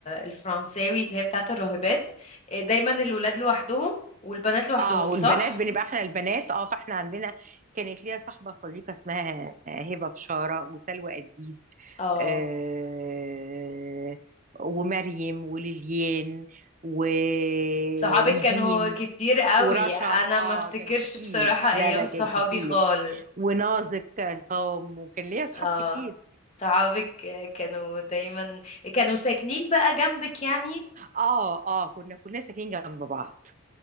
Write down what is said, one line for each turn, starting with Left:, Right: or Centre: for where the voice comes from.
Left: الفرنساوي اللي هي بتاعة الراهبات آه، دايما الولاد لوحدهم والبنات لوحدهم
Right: اه
Left: صح؟
Right: والبنات بنبقى احنا البنات اه فاحنا عندنا كانت ليا صاحبة صديقة اسمها هبة بشارة وسلوى أديب
Left: اه
Right: آه ومريم وليليان ونيفين
Left: صحابك كانوا كتير قوي
Right: ورشا
Left: أنا
Right: اه
Left: ما افتكرش
Right: كان كتير
Left: بصراحة
Right: لا
Left: أيام
Right: لا
Left: صحابي
Right: كان كتير
Left: خالص
Right: ونازك عصام وكان ليا اصحاب
Left: اه
Right: كتير
Left: صحابك آه، كانوا دايما كانوا ساكنين بقى جنبك يعني
Right: اه اه كنا كلنا ساكنين جنب بعض